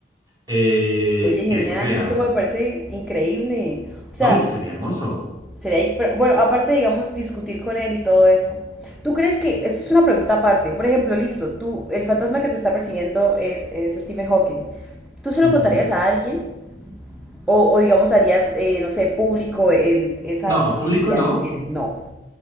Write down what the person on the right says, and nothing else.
Eh,
y eso sería,
¿no? Y sería hermoso.
Ujú.
No,
público no.